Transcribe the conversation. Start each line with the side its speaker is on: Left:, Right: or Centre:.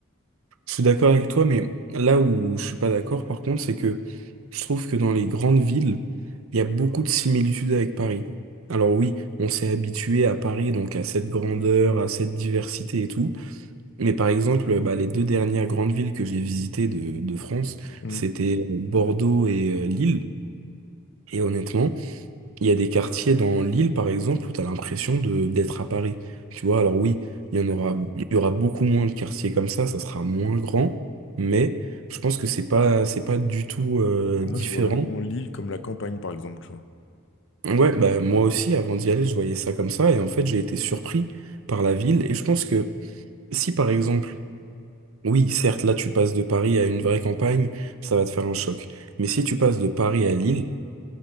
Right: Je suis d'accord avec toi, mais là où je suis pas d'accord, par contre, c'est que je trouve que dans les grandes villes, il y a beaucoup de similitudes avec Paris. Alors oui, on s'est habitué à Paris, donc à cette grandeur, à cette diversité et tout. Mais par exemple, bah, les deux dernières grandes villes que j'ai visitées de, de France,
Left: Mm.
Right: c'était euh, Bordeaux et euh, Lille. Et honnêtement, il y a des quartiers dans l'île, par exemple, où tu as l'impression de d'être à Paris. Tu vois, alors oui, il y en aura, il y aura beaucoup moins de quartiers comme ça, ça sera moins grand, mais je pense que c'est pas, c'est pas du tout euh, différent.
Left: Moi, je vois vraiment l'île comme la campagne, par exemple, tu vois.
Right: Ouais, bah moi aussi, avant d'y aller, je voyais ça comme ça, et en fait, j'ai été surpris par la ville, et je pense que si, par exemple, oui, certes, là, tu passes de Paris à une vraie campagne, ça va te faire un choc, mais si tu passes de Paris à Lille,